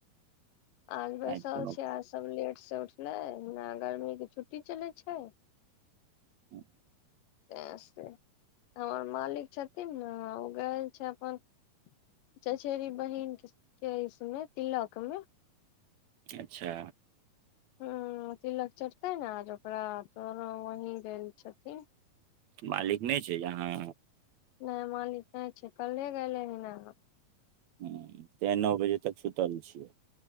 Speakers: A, on the left; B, on the right.
A: आज बेसल
B: आइ तऽ कोनो
A: छै, आज सब लेट उठ लेना गर्मी के छुट्टी चलै छै।
B: हु
A: त से, हमर मालिक छथिन ने ओ गएल छै अपन चचेरी बहिन के इसमे तिलक मे।
B: अच्छा।
A: ह्म्म, तिलक चढ़तै ने आ ओकरा त वही गेल छथिन।
B: मालिक नहि छै यहाँ।
A: नहि मालिक नहि छै कल्हे गेले ह न।
B: ह्म्म, तै नओ बजे तक सुतल छिय।